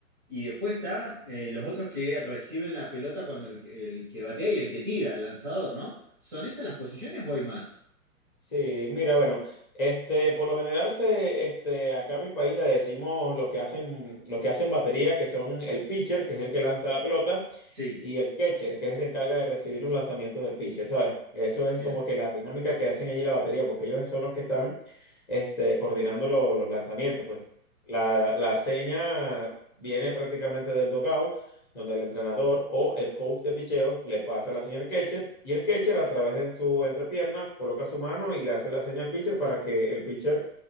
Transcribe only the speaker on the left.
Sí, mira, bueno, este, por lo general se, este, acá en mi país le decimos lo que hacen, lo que hacen batería, que son el pitcher, que es el que lanza la pelota,
y el catcher, que se encarga de recibir los lanzamientos del pitcher, ¿sabes? Eso es
como que la dinámica que hacen allí la batería, porque ellos son los que están, este, coordinando lo- los lanzamientos, pues. La, la seña viene prácticamente del dugout donde el entrenador o el coach de picheo le pasa la señal al catcher y el catcher a través de su entrepierna coloca su mano y le hace la señal al pitcher para que el pitcher